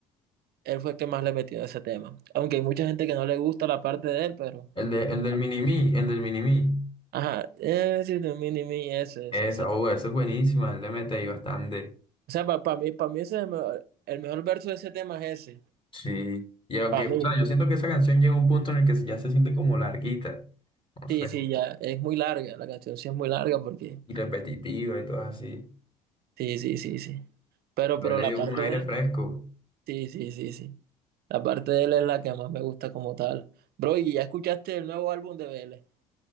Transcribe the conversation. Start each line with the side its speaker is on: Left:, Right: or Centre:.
Right: él fue el que más le metió a ese tema. Aunque hay mucha gente que no le gusta la parte de él, pero.
Left: el de, el del Minimi, el del Minimi.
Right: Ajá, ese si tú, mini, mi, ese
Left: Esa,
Right: ese eso.
Left: oh, esa es buenísima, él le mete ahí bastante.
Right: O sea, para mí, para mí ese es el mejor, el mejor verso de ese tema es ese.
Left: Sí, y aunque,
Right: Para
Left: o
Right: mí.
Left: sea, yo siento que esa canción llega a un punto en el que ya se siente como larguita, no sé,
Right: Sí, sí, ya. Es muy larga. La canción sí es muy larga porque.
Left: y repetitiva y todo así.
Right: Sí, sí, sí, sí. Pero,
Left: Pero
Right: pero
Left: él le
Right: la
Left: dio
Right: parte
Left: como un aire
Right: de él.
Left: fresco.
Right: Sí, sí, sí, sí. La parte de él es la que más me gusta como tal. Bro, ¿y ya escuchaste el nuevo álbum de Vélez?